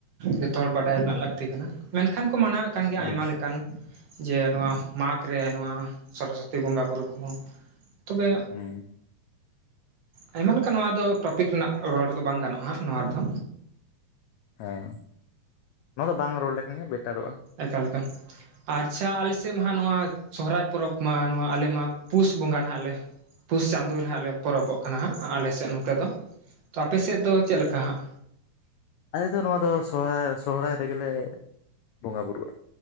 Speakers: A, on the right (about 55°); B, on the left (about 85°).
A: ᱡᱚᱛᱚᱦ ᱦᱚᱲ ᱵᱟᱰᱟᱭ ᱨᱮᱱᱟᱜ ᱞᱟᱹᱠᱛᱤ ᱠᱟᱱᱟ ᱢᱮᱱᱠᱷᱟᱱ ᱠᱚ ᱢᱟᱱᱟᱣᱮᱫ <unintelligible> ᱜᱮᱭᱟ
B: ᱦᱮᱸ
A: ᱟᱭᱢᱟ ᱞᱮᱠᱟᱱ ᱡᱮ ᱱᱚᱣᱟ ᱢᱟᱜᱽ ᱨᱮ ᱱᱚᱣᱟ ᱥᱚᱨᱚᱥᱚᱛᱤ ᱵᱚᱸᱜᱟ ᱵᱩᱨᱩ ᱠᱚᱦᱚᱸ ᱛᱚᱵᱮ
B: ᱦᱩᱸ
A: ᱟᱭᱢᱟ ᱞᱮᱠᱟ ᱱᱚᱣᱟ ᱫᱚ ᱴᱚᱯᱤᱠ ᱨᱮᱱᱟᱜ ᱨᱚᱲ ᱫᱚ ᱵᱟᱝ ᱜᱟᱱᱚᱜᱼᱟ ᱦᱟᱸᱜ ᱱᱚᱣᱟ ᱨᱮᱫᱚ
B: ᱦᱮᱸ ᱱᱚᱣᱟ ᱫᱚ ᱵᱟᱝ ᱨᱚᱲ ᱞᱮᱠᱷᱟᱱ ᱜᱮ ᱵᱮᱴᱟᱨᱚᱜᱼᱟ
A: ᱮᱠᱟᱞ ᱮᱠᱟᱞ ᱟᱪᱪᱷᱟ ᱟᱞᱮ ᱥᱮᱫ ᱢᱟ ᱦᱟᱜ ᱱᱚᱣᱟ ᱥᱚᱦᱚᱨᱟᱭ ᱯᱚᱨᱚᱵᱽ ᱢᱟ ᱱᱚᱣᱟ ᱟᱞᱮᱢᱟ ᱯᱩᱥ ᱵᱚᱸᱜᱟ ᱨᱮ ᱱᱟᱸᱜ ᱞᱮ ᱯᱩᱥ ᱪᱟᱸᱫᱳ ᱨᱮ ᱦᱟᱸᱜ ᱞᱮ ᱯᱚᱨᱚᱵᱚᱜ ᱠᱟᱱᱟ ᱦᱟᱸᱜ ᱟᱞᱮ ᱥᱮᱫ ᱱᱚᱛᱮ ᱫᱚ ᱛᱚ ᱟᱯᱮ ᱥᱮᱫ ᱫᱚ ᱪᱮᱫᱞᱮᱠᱟ ᱦᱟᱸᱜ
B: ᱟᱞᱮᱫᱚ ᱱᱚᱣᱟ ᱫᱚ ᱥᱚᱦᱚᱨᱟᱭ ᱥᱚᱨᱦᱟᱭ ᱨᱮᱜᱮᱞᱮ ᱵᱚᱸᱜᱟ ᱵᱳᱩᱨᱩᱜᱼᱟ